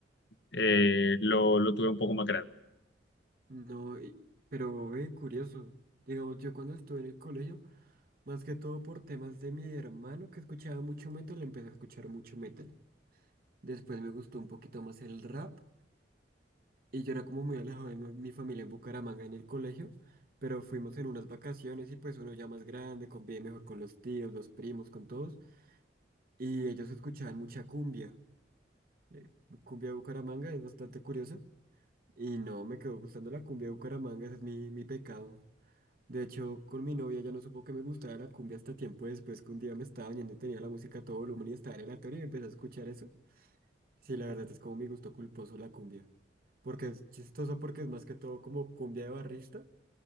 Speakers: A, on the left; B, on the right.
A: eh, lo, lo tuve un poco más grande.
B: no, y- pero ve, curioso. Digamos, yo cuando estuve en el colegio, más que todo por temas de mi hermano que escuchaba mucho metal, empecé a escuchar mucho metal. Después me gustó un poquito más el rap Y yo era como muy alejado de mi mi familia en Bucaramanga en el colegio, pero fuimos en unas vacaciones y pues uno ya más grande convive mejor con los tíos, los primos, con todos. Y ellos escuchaban mucha cumbia. eh, cumbia de Bucaramanga es bastante curiosa. Y no, me quedó gustando la cumbia de Bucaramanga, ese es mi, mi pecado. De hecho, con mi novia ya no supo que me gustaba la cumbia hasta tiempo después que un día me estaba bañando y tenía la música a todo volumen y estaba en el aleatorio y empecé a escuchar eso. Sí, la verdad es como mi gusto culposo la cumbia. Porque es chistoso porque es más que todo como cumbia de barrista.